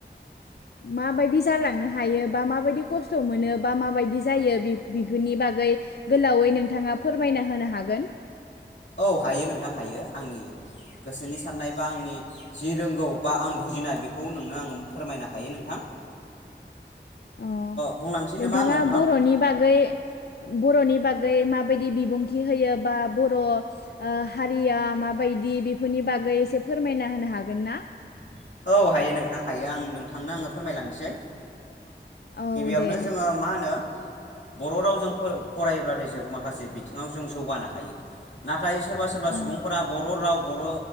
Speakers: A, on the left; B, on the left.
A: माबायदि जालांनो हायो बा माबायदि खस्थ' मोनो बा माबायदि जायो बिफोरनि बागै गोलावै नोंथाङा फोरमायना होनो हागोन
B: औ हायो नोंथां हायो आंनि गोसोनि साननाय बा आंनि जि रोंगौ बा आं बुजिनाय बेखौ नोंनो आङो फोरमायनो हायो नोंथां
A: अ
B: बुंलांसै
A: नोंथाङा
B: नामा आङो नोंथां
A: बर'नि बागै बर'नि बागै माबायदि बिबुंथि होयो बा बर' हारिया माबायदि बेफोरनि बागै एसे फोरमायना होनो हागोन ना
B: औ हायो नोंथां हायो आं नोंथांनो आङो फोरमायलांनोसै
A: औ
B: गिबियावनो
A: दे
B: जोङो मा होनो बर' रावजों फरायोब्लाथाय जों माखासे बिथिङाव जों जौगानो हायो नाथाय नाथाय सोरबा सोरबा सुबुंफोरा
A: औ
B: बर' राव बर'